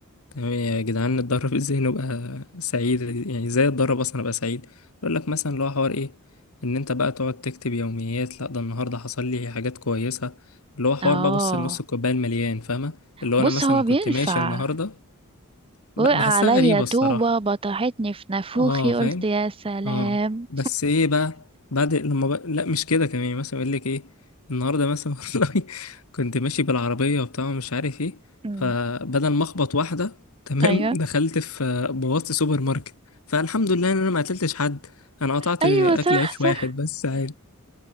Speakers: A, on the left; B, on the right.
A: تمام يا جدعان نتدرب ازاي نبقى سعيد يعني ازاي اتدرب اصلا ابقى سعيد يقول لك مثلا اللي هو حوار ايه ان انت بقى تقعد تكتب يوميات لا ده النهارده حصل لي حاجات كويسه اللي هو حوار
B: اه
A: بقى بص النص الكوبايه المليان فاهمه اللي هو
B: بص
A: انا مثلا
B: هو بينفع
A: كنت ماشي النهارده ب-
B: وقع عليا
A: بحسها غريبه
B: طوبة
A: الصراحه
B: بطحتني في نافوخي
A: اه فاهم
B: قلت يا سلام
A: اه بس ايه بقى بعد لما بقى... لا مش كده كمان يعني مثلا يقول لك ايه النهارده مثلا <laughs> والله كنت ماشي بالعربيه وبتاع ومش عارف ايه
B: مم.
A: فبدل ما اخبط واحده تمام
B: ايوه
A: <laughs> دخلت في بوظت سوبر ماركت فالحمد لله ان انا ما قتلتش حد انا قطعت
B: ايوه
A: اكل
B: صح
A: عيش
B: صح
A: واحد بس عادي